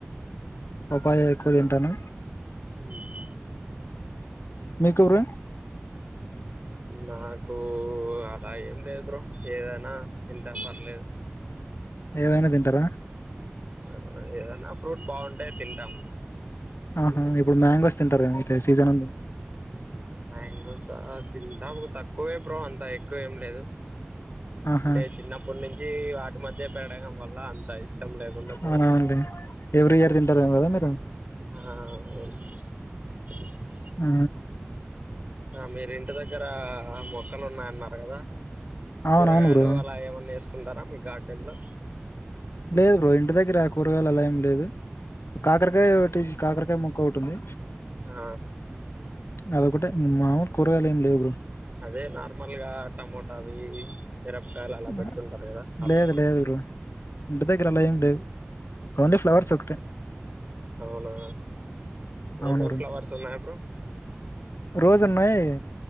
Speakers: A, on the left (about 80°); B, on the right (about 40°).
A: పాపాయ ఎక్కువ తింటాను
B: హుహు
A: మీకు బ్రో
B: నాకు అలా ఏం లేదు బ్రో ఏదైనా తింటా పర్లేదు
A: ఏవైనా తింటారా
B: ఆ ఏదన్న ఫ్రూట్ బాగుంటే తింటాము
A: ఆహా ఇప్పుడు మ్యాంగోస్ తింటార అయితే సీజన్ ఉంది
B: మ్యాంగోసా తింటా బ్రో త క్కువే బ్రో అంతా ఎక్కువ ఏం లేదు
A: ఆహా
B: అంటే చిన్నప్పుడు నుంచి ఏవా ఈ మధ్య పెడగం వల్ల అంత ఇష్టం లేకుండా పోయింది
A: అవునండి ఎవ్రీ ఇయర్ తింటారేమో కదా మీరు
B: ఆ అవును <inaudible>
A: ఆ
B: మీరు ఇంటి దగ్గర మొక్కలు ఉన్నాయన్నారు కదా
A: అవునవును
B: కూరగాయలు
A: బ్రో
B: అలా ఏమన్నా ఏస్తా ఉంటారా మీ గార్డెన్లో
A: లేదు బ్రో ఇంటి దగ్గర ఆ కూరగాయలు అలా ఏం లేదు కాకరకాయ ఒకటి కాకరకాయ మొక్క ఒకటోంది.
B: ఆ
A: అది ఒక్కటే మామూలు కూరగాయలేం లేవు బ్రో
B: అదే నార్మల్గా టమోటావి మీరపకాయలు అలా పెడుతుంటారు
A: ఆ,
B: కదా అలా
A: లేదు లేదు బ్రో ఇంటి దగ్గర అలా ఏం లేవు ఓన్లీ ఫ్లవర్స్ ఒకటే
B: అవునా
A: అవును
B: ఏమేం
A: బ్రో
B: ఫ్లవర్స్ ఉన్నాయి బ్రో
A: రోజ్ ఉన్నాయి,